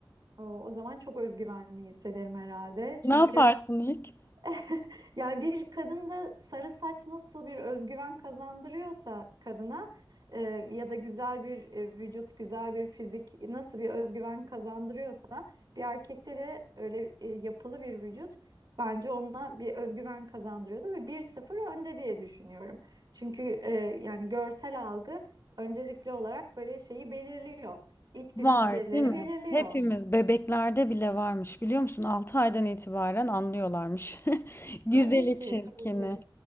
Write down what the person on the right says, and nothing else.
O, o zaman çok özgüvenli hissederim herhalde. Çünkü
<laughs> Yani bir kadında sarı saç nasıl bir özgüven kazandırıyorsa kadına e, ya da güzel bir e, vücut, güzel bir fizik nasıl bir özgüven kazandırıyorsa bir erkekte de öyle e, yapılı bir vücut bence ona bir özgüven kazandırıyordu ve bir sıfır önde diye düşünüyorum. Çünkü e, yani görsel algı öncelikli olarak böyle şeyi belirliyor. İlk
düşünceleri
belirliyor.
Tabii ki,
tabii ki.